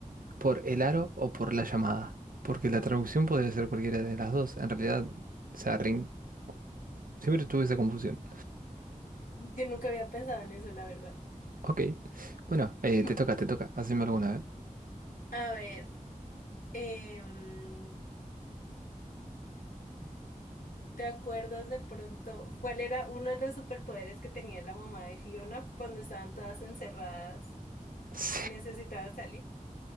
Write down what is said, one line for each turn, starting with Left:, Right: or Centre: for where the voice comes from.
Right: por el aro o por la llamada, porque la traducción podría ser cualquiera de las dos. En realidad, o sea, ring, siempre tuve esa confusión.
Left: Yo nunca había pensado en eso, la verdad.
Right: Ok, bueno, eh,
Left: <clears throat>
Right: te toca, te toca, haceme alguna vez. <laughs>
Left: A ver, em, ¿te acuerdas de pronto cuál era uno de los superpoderes que tenía la mamá de Fiona cuando estaban todas encerradas
Right: Sí,
Left: y necesitaban salir?